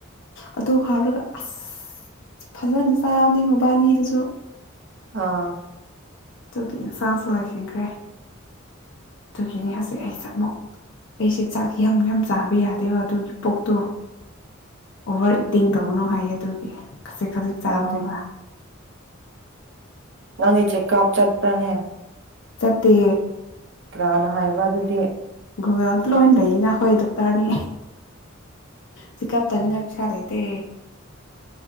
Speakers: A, on the left (about 60°); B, on the right (about 60°).
A: ꯑꯣ ꯍꯥꯎꯔꯒ ꯑꯁ ꯐꯖꯅ ꯆꯥꯕꯅꯦ ꯃꯕꯥꯅꯤꯗꯨꯁꯨ
B: ꯑꯥ
A: ꯑꯗꯨꯒꯤ ꯏꯟꯁꯥꯡꯁꯨ ꯂꯥꯏꯁꯟꯈ꯭ꯔꯦ ꯑꯗꯨꯒꯤꯅꯦ ꯍꯧꯖꯤꯛ ꯑꯩꯁꯦ ꯑꯃꯨꯛ ꯑꯩꯁꯦ ꯆꯥꯛ ꯌꯥꯝ ꯌꯥꯝ ꯆꯥꯕ ꯌꯥꯗꯦꯕ ꯑꯗꯨꯒꯤ ꯄꯣꯛꯇꯣ ꯑꯣ ꯇꯦꯡ ꯇꯧꯕꯅꯣ ꯍꯥꯏꯌꯦ ꯑꯗꯨꯒꯤ ꯈꯖꯤꯛ ꯈꯖꯤꯛ ꯆꯥꯕꯅꯦꯕ
B: ꯑꯣ ꯅꯅꯤ ꯆꯦꯛꯀꯞ ꯆꯠꯄ꯭ꯔꯅꯦ
A: ꯆꯠꯇ
B: ꯇꯔꯥꯅ ꯍꯥꯏꯕ ꯑꯗꯨꯗꯤ
A: ꯒꯨꯒꯜꯗ ꯂꯣꯏ ꯂꯩꯅ ꯑꯩꯈꯣꯏ ꯗꯣꯛꯇꯔꯅꯤ ꯆ ꯀꯞꯇꯅꯤꯡꯉꯥꯏ ꯄꯩꯁꯥ ꯂꯩꯇꯦ